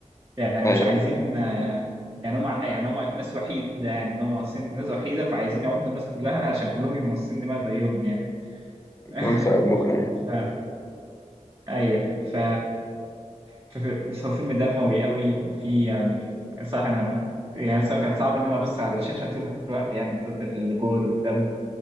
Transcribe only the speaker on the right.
يعني
مش عايزين آه، يعني هم يعني هم ناس وحيده يعني ان هم مصاصين ناس وحيده فعايزين يعضوا الناس كلها عشان كلهم يبقوا مصاصين دماء زيهم يعني <laughs>
ف ايوه ف ف- بس هو فيلم دموي قوي وفي يعني صح انا م- يعني صراحة كان صعب ان انا ابص على الشاشه طول الوقت يعني من كتر الجور والدم